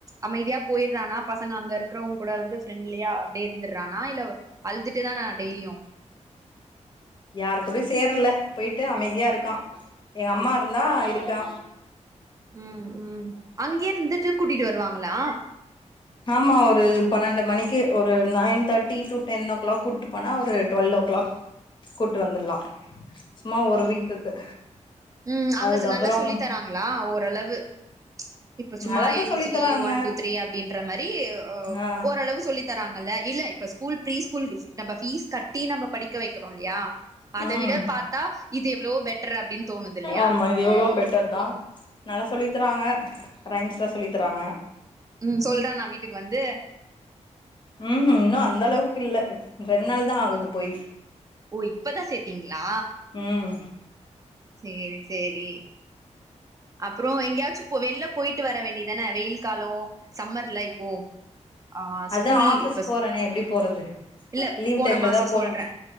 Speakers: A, on the right (about 30°); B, on the left (about 40°).
A: அமைதியா போயிடுறானா பசங்க அங்க இருக்கறவங்க கூட வந்து ஃப்ரெண்ட்லியா அப்பிடியே இருந்துடுறானா இல்ல அழுதுட்டு தான டெய்லியும்
B: யாரு கூடயும் சேரல போயிட்டு அமைதியா இருக்கா எ அம்மா இருந்தா இருக்கா
A: ம் ம் அங்கேயே இருந்துட்டு கூட்டிட்டு வருவாங்களா
B: ஆமா ஒரு பனெண்டு மணிக்கு ஒரு nine thirty to ten o'clock கூட்டு போனா ஒரு டுவெல் ஓ கிளாக் கூட்டு வந்துலாம் சும்மா ஒரு வீக்குக்கு
A: உம் அங்க
B: அதுக்கப்புறோ
A: நல்லா சொல்லி தராங்களா ஓரளவு இப்ப சும்மா
B: நல்லாதா
A: ஏ பி
B: சொல்லி
A: சி
B: தராங்க
A: டி ஒன் டூ த்ரீ அப்படின்ற மாதிரி அ
B: ஆ
A: ஓரளவு சொல்லி தராங்கல்ல இல்ல இப்ப ஸ்கூல் ப்ரீஸ்கூல் நம்ம ஃபீஸ் கட்டி நம்ம படிக்க வைக்கறோம் இல்லயா அத
B: ம்
A: விட பார்த்தா இது எவ்வளோ பெட்டர் அப்படின்னு தோணுதில்லயா
B: ஆமா இது எவ்ளோ பெட்டர் தா நல்லா சொல்லி தறாங்க ரைம்ஸ்லாம் சொல்லி தராங்க
A: உம் சொல்றனா வீட்டுக்கு வந்து
B: உம் ம் இன்னும் அந்த அளவுக்கு இல்ல ரெண்நாள் தா ஆகுது போய்
A: ஓ இப்ப தா சேர்த்தீங்களா
B: ம்
A: சேரி சேரி அப்பறம் எங்கேயாச்சும் வெளில போயிட்டு வர வேண்டிதானே வெயில் காலம் சம்மர்லை ஓ ஆஹ் ஸ்கூல்
B: அதா ஆஃபீஸ்
A: இப்பஸ்
B: போறனே எப்டி போறது
A: இல்ல
B: லீவ்
A: போன
B: டைம்ல
A: மாசோ
B: தா போனு
A: சொல்றே